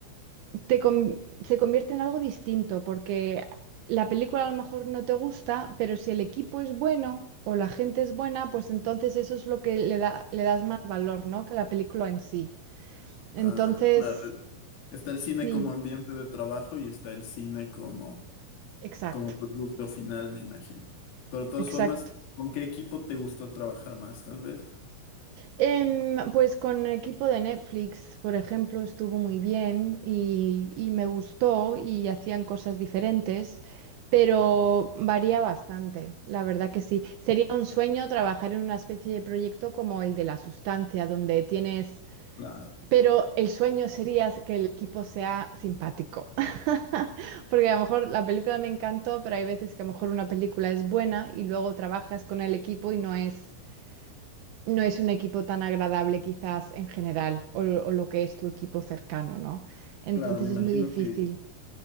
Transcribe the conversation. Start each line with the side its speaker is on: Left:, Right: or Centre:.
Right: te con- se convierte en algo distinto porque la película a lo mejor no te gusta, pero si el equipo es bueno o la gente es buena, pues entonces eso es lo que le da, le das más valor, ¿no? Que la película en sí. Entonces,
Left: Ah, claro. Está el cine
Right: sí,
Left: como ambiente de trabajo y está el cine como,
Right: exacto,
Left: como producto final, me imagino. Pero de todas
Right: exacto.
Left: formas, ¿con qué equipo te gustó trabajar más, tal vez?
Right: Em, pues con equipo de Netflix, por ejemplo, estuvo muy bien y, y me gustó y hacían cosas diferentes, pero varía bastante, la verdad que sí. Sería un sueño trabajar en una especie de proyecto como el de la sustancia, donde tienes,
Left: Claro,
Right: pero el sueño sería que el equipo sea simpático. <laughs> Porque a lo mejor la película me encantó, pero hay veces que a lo mejor una película es buena y luego trabajas con el equipo y no es, no es un equipo tan agradable quizás en general o, lo o lo que es tu equipo cercano, ¿no? Entonces
Left: claro, me imagino
Right: es muy difícil.
Left: que,